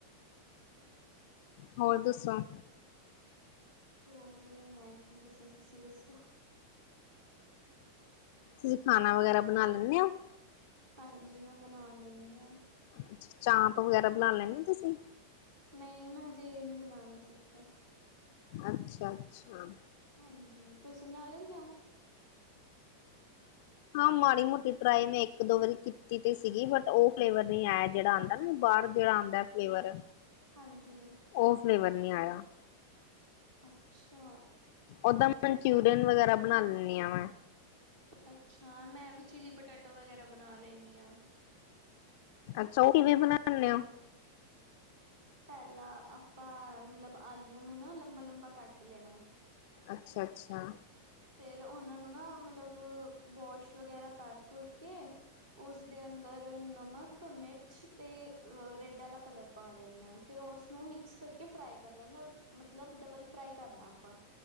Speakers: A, on the left (about 50°); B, on the right (about 70°).
A: ਹੋਰ ਦੱਸੋ?
B: ਹੋਰ ਮੈਂ ਕੀ ਦਸਾਂ ਤੁਸੀਂ ਦੱਸੋ?
A: ਤੁਸੀਂ ਖਾਣਾ ਵਗੈਰਾ ਬਣਾ ਲੈਂਦੇ ਹੋ?
B: ਹਾਂਜੀ ਮੈਂ ਬਣਾ ਲੈਂਦੀ ਹਾਂ।
A: ਅੱ ਚਾਂਪ ਵਗੈਰਾ ਬਣਾ ਲੈਦੇ ਤੁਸੀਂ?
B: ਨਹੀਂ ਮੈਂ ਹਜੇ ਇਹ ਨਹੀਂ ਬਣਾਉਣਾ ਸਿੱਖਿਆ।
A: ਅੱਛਾ ਅੱਛਾ।
B: ਹਾਂਜੀ ਤੁਸੀਂ ਬਣਾ ਲੈਂਦੇ ਹੋ। <inaudible>
A: ਹਾਂ ਮਾੜੀ ਮੋਟੀ ਟਰਾਈ ਮੈਂ ਇੱਕ ਦੋ ਵਾਰੀ ਕੀਤੀ ਤੇ ਸੀਗੀ ਬਟ ਉਹ ਫਲੇਵਰ ਨਹੀਂ ਆਇਆ ਜਿਹੜਾ ਆਉਂਦਾ ਨਾ ਬਾਅਰ ਜਿਹੜਾ ਆਦਾ ਐ ਫਲੇਵਰ
B: ਹਾਂਜੀ।
A: ਓ ਫਲੇਵਰ ਨੀ ਆਇਆ।
B: ਅੱਛਾ!
A: ਓਦਾਂ ਮਨਚੂਰੀਅਨ ਵਗੈਰਾ ਬਣਾਨੀ ਆ ਮੈਂ।
B: ਅੱਛਾ ਮੈਂ ਵੀ ਚਿਲੀ ਪਟੈਟੋ ਵਗੈਰਾ ਬਣਾ ਲੈਂਨੀ ਆ।
A: ਅੱਛਾ ਓ ਕਿਵੇਂ ਵੀ ਬਣਾਨੇ ਓ।
B: ਪਹਿਲਾਂ ਆਪਾਂ ਮਤਲਬ ਆਲੂ ਨੂੰ ਨਾ ਲੰਬਾ-ਲੰਬਾ ਕੱਟ ਲੈਣਾ।
A: ਅੱਛਾ-ਅੱਛਾ।
B: ਫੇਰ ਉਹਨਾਂ ਨੂੰ ਨਾ ਮਤਲਬ ਵਾਸ਼ ਵਗੈਰਾ ਕਰ ਕੁਰ ਕੇ ਉਸਦੇ ਅੰਦਰ ਨਮਕ, ਮਿਰਚ ਤੇ ਅਹ ਰੈਡ ਆਲਾ ਕਲਰ ਪਾ ਲੈਂਨੇ ਆ ਫੇਰ ਉਸਨੂੰ ਮਿਕਸ ਕਰ ਫਰਾਈ ਕਰ ਲੈਣਾ ਮਤਲਬ ਡਬਲ ਫਰਾਈ ਕਰਨਾ ਆਪਾਂ।